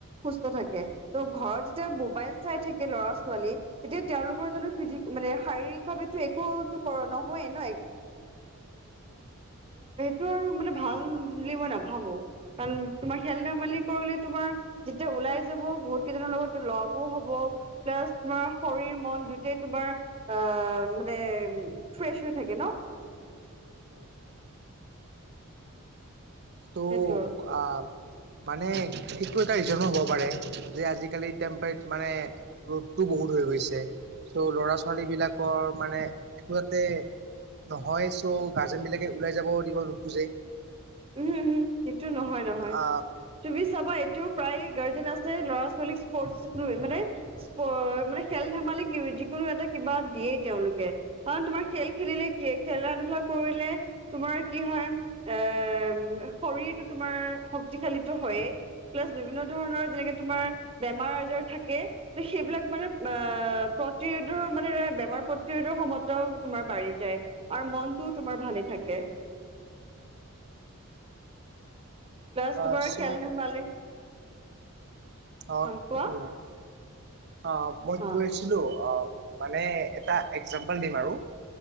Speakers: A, on the right (about 25°); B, on the right (about 50°).
A: সুস্থ থাকে ত' ঘৰত যেতিয়া
B: উম
A: মোবাইল চাই থাকে ল'ৰা ছোৱালী তেতিয়া তেওঁলোকৰ জোনটো ফিজিক মানে শাৰীৰিক ভাৱো একোটো কৰ নহয়েই ন
B: উম
A: তোৰ মানে ভাল বুলি মই নাভাবো কাৰণ তোমাৰ খেল ধেমালি কৰিলে তোমাৰ যেতিয়া ওলাই যাব বহুত কেইজনৰ লগত লগো হব প্লাছ তোমাৰ শৰীৰ
B: উম
A: মন দুটাই তোমাৰ আহ মানে ফ্ৰেছ হৈ থাকে ন।
B: উম ত'
A: সেইটো আৰু
B: আহ মানে কি এটা ৰিজনো হব পাৰে যে আজিকালি টেম্পট মানে ৰ'দটো বহুত হৈ গৈছে। চ' ল'ৰা ছোৱালী বিলাকৰ মানে একো এতে- নহয় চ' গাৰ্জেন বিলাকে ওলাই যাব দিব নোখোজে
A: উহো উহো সেটো নহয় নহয়
B: আহ
A: তুমি চাবা এইটোও প্ৰায় গাৰ্জেন আছে ল'ৰা ছোৱালীক স্পৰ্ট মানে অ মানে খেল ধেমালি যিকোনো এটা কিবা দিয়েই তেওঁলোকে কাৰণ তোমাৰ খেল খেলিলে কি খেলা ধূলা কৰিলে তোমাৰ কি হয় এ শৰীৰৰ টো তোমাৰ শক্তিশালীতো হয়ে প্লাজ বিভিন্ন ধৰণৰ যেনেকে তোমাৰ বেমাৰ আজাৰ থাকে ত সেইবিলাক মানে অ প্ৰতিৰোধৰ মানে বেমাৰ প্ৰতিৰোধৰ ক্ষমতাও তোমাৰ বাঢ়ি যায় আৰু মনটোও তোমাৰ ভালে থাকে। প্লাছ
B: অ
A: তোমাৰ
B: চ'
A: খেল ধেমালি
B: অহ
A: হা
B: সেইটোও
A: কোৱা
B: হয়। অ মই
A: হা
B: কি কৰিছিলো অ মানে এটা এক্সজাম্পল দিম আৰু